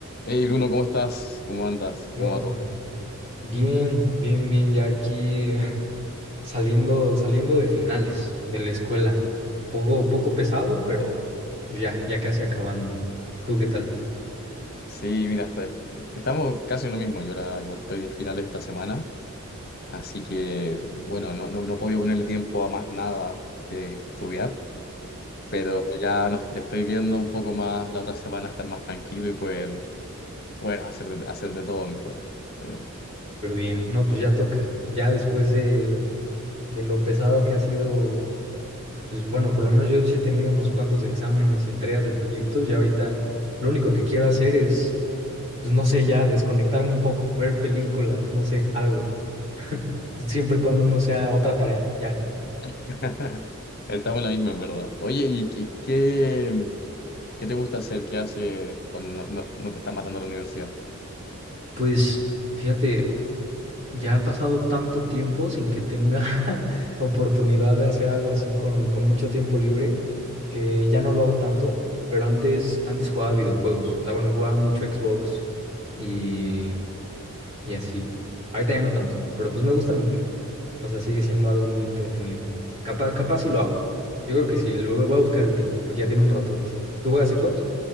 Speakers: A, on the left; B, on the right.
A: Hey Bruno, ¿cómo estás? ¿Cómo andas?
B: ¿Qué
A: ¿Cómo
B: onda?
A: va todo?
B: Bien, bien, bien, ya aquí <laughs> saliendo, saliendo de finales de la escuela. Poco, poco pesado, pero pues ya, ya casi acabando. ¿Tú qué tal?
A: Sí, mira, está- estamos casi en lo mismo. Yo ahora igual estoy en finales esta semana, así que bueno, no, no, no he podido ponerle tiempo a más nada que, que estudiar, pero ya nos, estoy viendo un poco más la otra semana estar más tranquilo y poder, bueno, hacer, de- hacer de todo en verdad. Eh,
B: Pero bien, no, pues ya toca. Ya después de, de lo pesado que ha sido, pues bueno, por lo menos yo sí he tenido unos cuantos exámenes y entregas de proyectos. Ya ahorita lo único que quiero hacer es, pues no sé, ya desconectarme un poco, ver películas, no sé, algo. <laughs> Siempre y cuando no sea otra tarea, ya.
A: <laughs> Estamos en la misma en verdad. Oye, ¿y qué, qué, qué te gusta hacer? ¿Qué hace cuando no, no no te está matando la universidad?
B: Pues fíjate, ya ha pasado tanto tiempo sin que tenga <laughs> oportunidad de hacer algo así con, con mucho tiempo libre, que ya no lo hago tanto, pero antes, antes jugaba videojuegos, o sea, bueno, jugaba mucho Xbox y, y así. Ahorita ya no tanto, pero pues me gustan mucho. O sea, sigue siendo algo muy entretenido. Capaz, capaz si lo hago. Yo creo que sí, lo voy a buscar el tiempo, porque ya tiene un ratote. ¿Tú juegas Xbox?